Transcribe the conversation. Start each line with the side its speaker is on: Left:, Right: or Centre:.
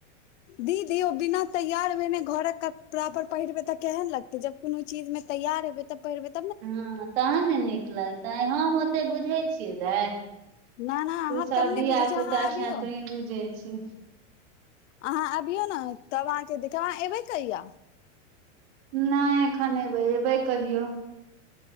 Left: दीदी ओ बिना तैयार भे ने घरक कपड़ा पर पहिरबै तऽ केहन लगतै जब कुनु चीज मे तैयार हेबै तऽ पहीरबै
Right: हँ तहन ने नीक लगतै हम ओते बुझै छियै दाय तू
Left: ना ना अहाँ
Right: सब
Left: कम
Right: धिया
Left: नहि बुझै छियै
Right: पुता
Left: अहाँ अबियौ
Right: छँ तुही बुझै छी
Left: अहाँ अबियौ न तब अहाँके देखाएब अहाँ एबै कहिया
Right: नै एखन एबै एबै कहियो